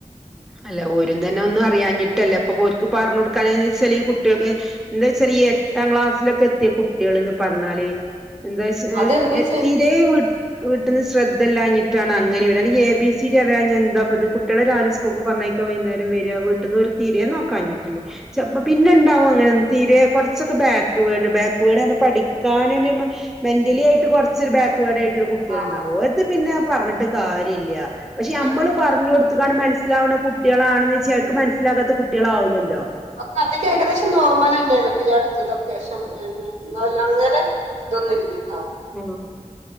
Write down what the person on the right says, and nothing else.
അതെന്താച്ചാ
ആ
ആ
ഇല്ല
അപ്പൊ അതൊക്കെ ഏകദേശം നോർ അത തന്നെയാണ് ഇപ്പൊഈ അടുത്തതൊക്കേഷം അങ്ങനെ ഇതൊന്നുമില്ല